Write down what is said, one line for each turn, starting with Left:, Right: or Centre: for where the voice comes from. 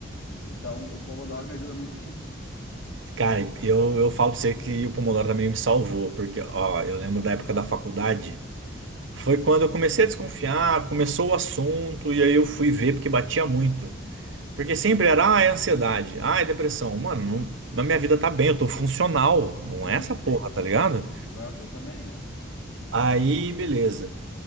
Left: então, o Pomodoro me ajuda muito nisso.
Right: Cara, eu, eu falo pra você que o Pomodoro também me salvou, porque, ó, eu lembro da época da faculdade. Foi quando eu comecei a desconfiar, começou o assunto, e aí eu fui ver porque batia muito. Porque sempre era, ah, é ansiedade, ah, é depressão. Mano, não, na minha vida tá bem, eu tô funcional, não
Left: Sim,
Right: é essa porra, tá ligado?
Left: exato, eu também. é.
Right: Aí, beleza.